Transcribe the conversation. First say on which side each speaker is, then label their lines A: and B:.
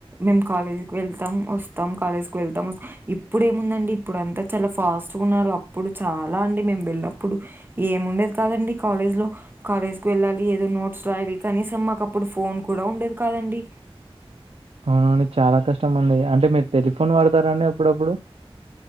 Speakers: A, on the right (about 20°); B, on the right (about 70°).
A: మేము కాలేజీకి వెళ్తాం వస్తాం కాలేజ్కి వెళ్తాం వస్తాం ఇప్పుడు ఏముందండి ఇప్పుడు అంతా చాలా ఫాస్ట్గా ఉన్నారు అప్పుడు చాలా అండి మేము వెళ్ళినప్పుడు ఏముండేది కాదండి కాలేజ్ లో కాలేజ్ కు వెళ్ళాలి ఏదో నోట్స్ రాయాలి కనీసం మాకు అప్పుడు ఫోన్ కూడా ఉండేది కాదండి
B: అవునండి చాలా కష్టం అండి అంటే మీరు టెలిఫోన్ వాడతారండి అప్పుడప్పుడు